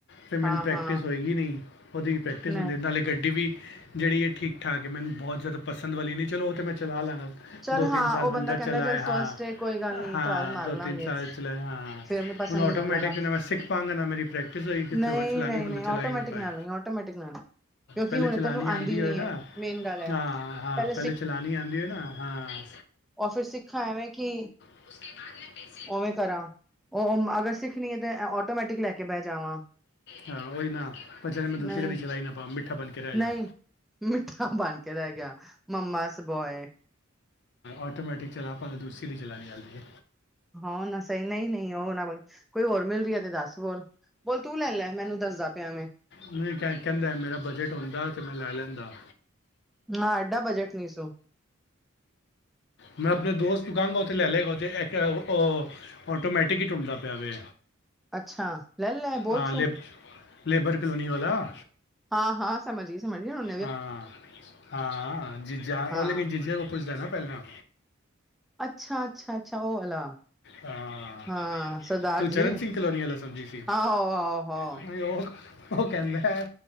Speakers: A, on the left; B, in the centre.
A: ਫੇਰ ਮੈਨੂੰ
B: ਹਾਂ
A: ਪ੍ਰੈਕਟਿਸ
B: ਹਾਂ
A: ਹੋਏਗੀ ਨੀ। ਓਦੀ ਪ੍ਰੈਕਟਿਸ
B: ਨਹੀਂ
A: ਹੁੰਦੀ ਨਾਲੇ ਗੱਡੀ ਵੀ ਜੇੜੀ ਏ ਠੀਕ-ਠਾਕ ਏ। ਮੈਨੂੰ ਬੋਤ ਜਾਦਾ ਪਸੰਦ ਵਲੀ ਨੀ। ਚਲੋ ਓ ਤਾਂ ਮੈਂ ਚਲਾ ਲਾਂਗਾ।
B: ਚੱਲ
A: ਦੋ-ਤਿੰਨ
B: ਹਾਂ
A: ਸਾਲ
B: ਉਹ
A: ਬੰਦਾ
B: ਕਹਿੰਦਾ
A: ਚਲਾਏ,
B: ਚੱਲ ਫਸਟ
A: ਆ।
B: ਡੇ ਕੋਈ ਗੱਲ ਨੀ
A: ਹਾਂ
B: ਟਰਾਇਲ ਮਾਰ
A: ਦੋ-ਤਿੰਨ
B: ਲਾਂਗੇ
A: ਸਾਲ ਚਲੇ, ਹਾਂ।
B: ਫੇਰ ਆਪਣੀ ਪਸੰਦ
A: ਹੁਣ ਆਟੋਮੈਟਿਕ
B: ਦੀ ਲੈ ਲਾਂਗਾ
A: ਯੂਨੀਵਰਸਿਟੀ ਚ ਨਾ ਮੇਰੀ- ਪ੍ਰੈਕਟਿਸ ਹੋ‌ਈ ਕਿਥੇ
B: ਨਹੀਂ
A: ਹੋਰ ਚਲਾਨੀ,
B: ਨਹੀਂ
A: ਬੰਦਾ
B: ਨਹੀਂ
A: ਚਲਾ
B: ਆਟੋਮੈਟਿਕ
A: ਈ ਨਾ ਪਾਏ।
B: ਨਾਲ ਨਹੀਂ ਆਟੋਮੈਟਿਕ ਨਾਲ ਕਿਉਂਕਿ
A: ਪੈਲੇ
B: ਹੁਣੇ
A: ਚਲਾਨੀ
B: ਤੈਨੂੰ
A: ਆਂਦੀ
B: ਨੀ
A: ਹੋਏ ਨਾ
B: ਹੈ ਮੇਨ ਗੱਲ ਹੈ
A: ਹਾਂ-ਹਾਂ,
B: ਪਹਿਲੇ
A: ਪੈਲੇ ਚਲਾਣੀ ਆਂਦੀ ਹੋਏ ਨਾ, ਹਾਂ
B: ਔਫਿਸ ਸਿੱਖ ਆਯਾ ਵੇ ਕੀ
A: <unintelligible>
B: ਓਵੇਂ ਕਰਾਂ, ਓ ਓ ਅਗਰ ਸਿੱਖਣੀ ਏ ਤੇ ਆਟੋਮੈਟਿਕ ਲੈ ਕੇ ਬੈ ਜਾਵਾਂ।
A: ਹਾਂ ਓਈ ਨਾ ਪਤਾ ਚਲੇ ਮੈਂ ਦੁਸਰੀ
B: ਨਹੀਂ
A: ਕਦੀ ਚਲਾ ਈਨਾ ਪਾਂਵਾਂ, ਮਿੱਠਾ ਬਣ ਕੇ ਰੈਜਾ।
B: ਨਹੀਂ ਮਿੱਠਾ ਬਣ ਕੇ ਰੈ ਗਿਆ, ਮੰਮਾ ਸ ਬੋਯ।
A: ਆਟੋਮੈਟਿਕ ਚਲਾ ਭਾਵੇ, ਦੂਸਰੇ ਵੀ ਚਲਾਣੀ ਆਂਦੀ ਏ।
B: ਹਾਂ, ਨਾ ਸ‌ਈ ਨ‌ਈ-ਨਈ ਓ ਨਾ ਬ‌ਈ। ਕੋਈ ਹੋਰ ਮਿਲ ਰੀ ਐ ਤੇ ਦੱਸ ਬੋਲ। ਬੋਲ ਤੂੰ ਲੈ ਲੈ। ਮੈਨੂੰ ਦੱਸਦਾ ਪਿਆ ਵੇਂ।
A: ਨਈ ਕੈ ਕੈਂਦਾ ਮੇਰਾ ਬਜਟ ਹੁੰਦਾ ਤੇ ਮੈਂ ਲੈ ਲੈਂਦਾ।
B: ਨਨਾਂ ਏਡਾ ਬਜਟ ਨੀ ਸੂ।
A: ਮੈਂ ਅਪਨੇ ਦੋਸਤ ਨੂੰ ਕਾਗਾਂ, ਓ ਤੇ ਲੈ ਲੇਗਾ ਓ ਤੇ ਇਕ ਓ- ਆਟੋਮੈਟਿਕ ਈ ਟੁੰਡਦਾ ਪਿਆ ਵੇ।
B: ਅੱਛਾ, ਲਲੈ ਬੋਲ
A: ਹਾਂ
B: ਸੁੁ।
A: ਲੇਬਰ ਕਲੋਨੀ ਵਾਲਾ।
B: ਹਾਂ-ਹਾਂ। ਸਮਝ ਗੀ, ਸਮਝ ਗੀ ਹੁਣ
A: ਹਾਂ-ਹਾਂ ਜੀਜਾ
B: ਹਾਂ,
A: ਓ ਲੇਕਿਨ ਜੀਜਾ ਕੋਲ ਪੁੱਛਦਾ ਨਾ ਪੈਲਾਂ।
B: ਅੱਛਾ-ਅੱਛਾ, ਅੱਛਾ ਓ ਵਾਲਾ।
A: ਹਾਂ,
B: ਹਾਂ ਸਰਦਾਰ
A: ਤੂੰ ਚਰਨ
B: ਜੀ
A: ਸਿੰਘ ਕਲੋਨੀ ਆਲਾ ਸਮਝੀ ਸੀ,
B: ਆਹੋ, ਆਹੋ, ਆਹੋ
A: ਵਿਯੋਕ? ਓ ਕੈਂਦਾ ਐ,